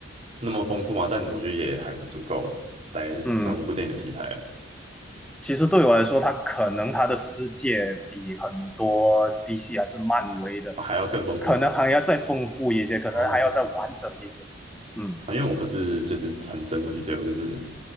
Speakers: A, on the right (about 35°); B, in the centre.
A: 那么丰富嘛，但我觉得也很足够，在同一部电影的题材，
B: 嗯，其实对我来说，他可能他的世界比很多 DC 还是漫威的，
A: 啊还要更丰富嘛。
B: 可能还要再丰富一些，可能还要再完整一些，
A: 哦，
B: 嗯
A: 啊，因为我不是就是很深入去追，我就是